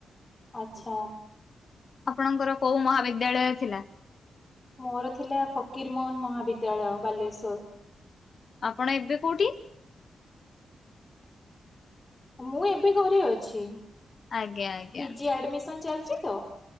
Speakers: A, on the left; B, on the left.
A: ଆଚ୍ଛା।
B: ଆପଣଙ୍କର କୋଉ ମହାବିଦ୍ୟାଳୟ ଥିଲା?
A: ମୋର ଥିଲା ଫକୀର ମୋହନ ମହାବିଦ୍ୟାଳୟ, ବାଲେଶ୍ଵର।
B: ଆପଣ ଏବେ କୋଉଠି?
A: ମୁଁ ଏବେ ଘରେ ଅଛି,
B: ଆଜ୍ଞା ଆଜ୍ଞା
A: ପି ଜି ଆଡମିସନ ଚାଲିଛି ତ।